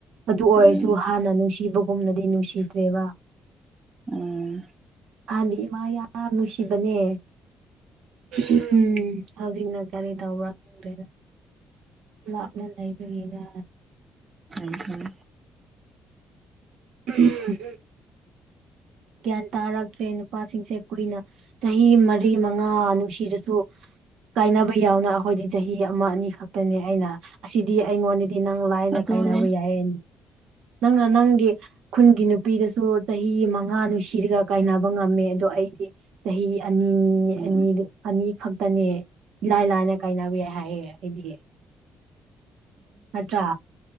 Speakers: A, on the right; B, on the right.
A: ꯑꯗꯨ ꯑꯣꯏꯔꯁꯨ
B: ꯎꯝ
A: ꯍꯥꯟꯅ ꯅꯨꯡꯁꯤꯕꯒꯨꯝꯅꯗꯤ ꯅꯨꯡꯁꯤꯗ꯭ꯔꯦꯕ
B: ꯎꯝ
A: ꯑꯥꯟꯗꯤ ꯏꯃꯥ ꯌꯥꯝ ꯅꯨꯡꯁꯤꯕꯅꯦ ꯎꯝ ꯎꯝ ꯍꯧꯖꯤꯛꯅ ꯀꯔꯤ ꯇꯧꯕ꯭ꯔꯥ ꯈꯪꯗꯦꯅ ꯂꯥꯞꯅ ꯂꯩꯕꯒꯤꯅ
B: ꯎꯝꯝ
A: <inaudible> ꯒ꯭ꯌꯥꯟ ꯇꯥꯔꯛꯇ꯭ꯔꯦ ꯅꯨꯄꯥꯁꯤꯡꯁꯦ ꯑꯩꯈꯨꯏꯅ ꯆꯍꯤ ꯃꯔꯤ ꯃꯉꯥ ꯅꯨꯡꯁꯤꯠ ꯁꯤꯗꯁꯨ ꯀꯥꯏꯅꯕ ꯌꯥꯎꯅ ꯑꯩꯈꯣꯏꯗꯤ ꯆꯍꯤ ꯑꯃ ꯑꯅꯤ ꯈꯛꯇꯅꯤ ꯑꯩꯅ ꯑꯁꯤꯗꯤ ꯑꯩꯉꯣꯟꯗ ꯗꯤ ꯅꯪ ꯂꯥꯏꯅ
B: ꯑꯗꯨꯅꯦ
A: ꯀꯥꯏꯅꯕ ꯌꯥꯏꯌꯦ ꯅꯪꯅ ꯅꯪꯒꯤ ꯈꯨꯟꯒꯤ ꯅꯨꯄꯤꯗꯁꯨ ꯆꯍꯤ ꯃꯉꯥ ꯅꯨꯡꯁꯤꯔꯒ ꯀꯥꯏꯅꯕ ꯉꯝꯃꯦ ꯑꯗꯣ ꯑꯩꯗꯤ ꯆꯍꯤ ꯑꯅꯤ
B: ꯎꯝ
A: ꯑꯅꯤ ꯑꯅꯤ ꯈꯛꯇꯅꯦ ꯏꯂꯥꯏ ꯂꯥꯏꯅ ꯀꯥꯏꯅꯕ ꯌꯥꯏ ꯍꯥꯏꯌꯦ ꯑꯩꯗꯤ ꯅꯠꯇ꯭ꯔꯥ